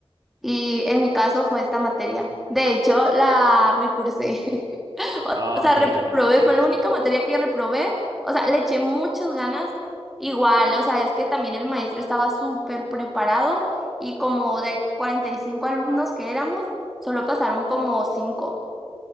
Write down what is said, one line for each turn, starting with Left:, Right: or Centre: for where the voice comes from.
Centre: Y en mi caso fue esta materia. De hecho, la recursé. <laughs>
Right: Ah,
Centre: O sea,
Right: que
Centre: reprobé,
Right: la repetiste.
Centre: fue la única materia que reprobé. O sea, le eché muchas ganas. Igual, o sea, es que también el maestro estaba súper preparado y como de 45 alumnos que éramos, solo pasaron como cinco